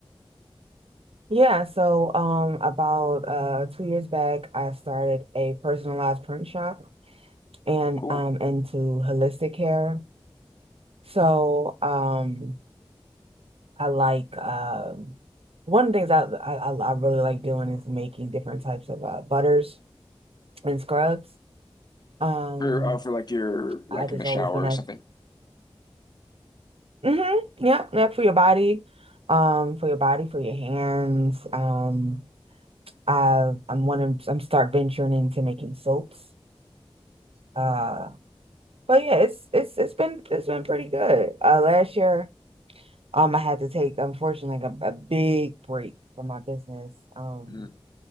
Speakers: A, on the right; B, on the left.
A: Yeah, so um about uh two years back I started a personalized print shop and
B: Oh, cool.
A: um into holistic care. So um I like um one of the things I I, I really like doing is making different types of uh, butters and scrubs. Um
B: For oh, for like your like
A: I just
B: in the shower
A: always been
B: or
A: a,
B: something.
A: Mm-hmm. Yep, yep, for your body, um, for your body, for your hands. Um, I I'm one of I'm start venturing into making soaps. Uh, but yeah, it's it's it's been it's been pretty good. Uh, last year, um, I had to take unfortunately like a, a big break from my business. Um,
B: Hmm.